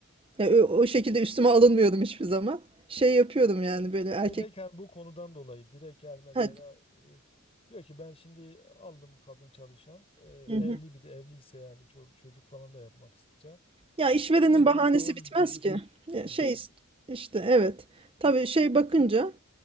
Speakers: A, on the right; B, on the left.
A: Ya, ö o şekilde üstüme alınmıyordum hiçbir zaman. Şey yapıyorum, yani, böyle, erkek
B: Direkt yani bu konudan dolayı direkt yani mesela
A: Ha
B: e, diyor ki ben şimdi aldım kadın çalışan e,
A: Hı hı.
B: evli bir de evliyse yani ço- çocuk falan da yapmak istiyorsa
A: Ya, işverenin
B: işte bunun
A: bahanesi
B: doğum
A: bitmez
B: izniydi
A: ki. Ya,
B: şuydu.
A: şey ist işte, evet. Tabii, şey bakınca,